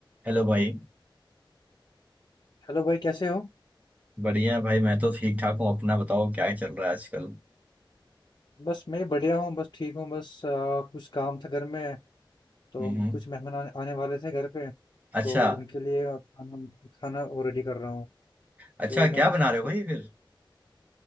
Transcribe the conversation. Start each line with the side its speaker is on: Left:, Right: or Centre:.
Right: हेलो भाई
Left: हेलो भाई कैसे हो
Right: बढ़िया भाई मैं तो ठीक ठाक हूँ अपना बताओ क्या चल रहा है आजकल
Left: बस मैं बढ़िया हूँ बस ठीक हूँ बस आ, कुछ काम था घर में तो
Right: हम्म
Left: कुछ मेहमान आने आने वाले थे घर पे
Right: अच्छा
Left: तो उनके लिए खाना खाना वो रेडी कर रहा हूँ
Right: अच्छा
Left: तो मैंने
Right: क्या बना
Left: सो-
Right: रहे हो भाई फिर